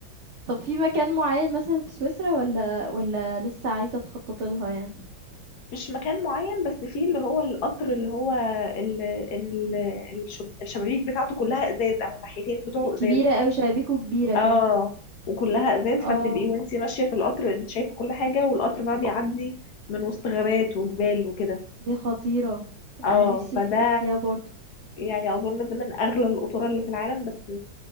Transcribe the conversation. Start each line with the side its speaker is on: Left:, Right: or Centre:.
Right: طَب في مكان معيّن مثلًا في سويسرا والّا والّا لسه عايزة تخطّطي لها يعني؟
Left: مش مكان معين بس فيه اللي هو القطر اللي هو ال... ال... الشب... الشبابيك بتاعته كلها ازاز او الناحيتين بتوعه
Right: الكبيرة
Left: ازاز
Right: أوي، شبابيكو كبيرة
Left: اه
Right: كده.
Left: وكلها ازاز فبتبقي
Right: آه،
Left: وانتي ماشيه في القطر انت شايفه كل حاجه والقطر بقى بيعدي من وسط غابات وجبال وكده
Right: دي خطيرة. أنا
Left: اه
Right: نِفْسي
Left: فده
Right: في ك فيها برضه.
Left: يعني اظن ده من اغلى القطورة اللي في العالم بس